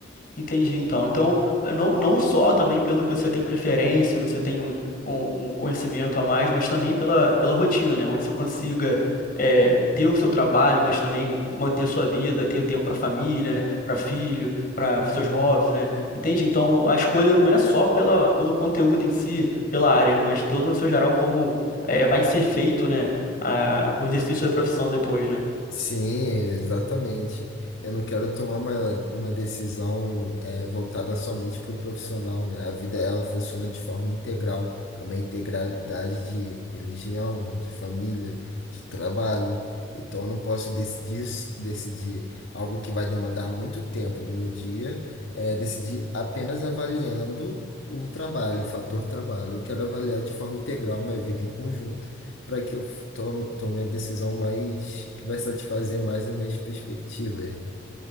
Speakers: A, on the left (about 45°); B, on the left (about 85°).
A: Entendi, então. Então, eh, não, não só também pelo que você tem preferência, que você tem um, um- um conhecimento a mais, mas também pela, pela rotina, né? Onde você consiga é ter o seu trabalho, mas também manter sua vida, ter tempo para família, né? Para filho, para seus hobbies, né? Entende? Então, a escolha não é só pela, pelo conteúdo em si, pela área, né? Mas todo no seu geral como eh, vai ser feito, né? a- o exercício da profissão depois, né?
B: Sim, exatamente. Eu não quero tomar uma, uma decisão eh, voltada somente para o profissional, né? A vida ela funciona de forma integral, é uma integralidade de religião, de família, de trabalho. Então eu não posso decidir decidir algo que vai demandar muito tempo do meu dia, eh, decidir apenas avaliando o trabalho, o fator trabalho. Eu quero avaliar de forma integral minha vida em conjunto para que eu f- tome, tome a decisão mais que vai satisfazer mais as minhas perspectivas, né?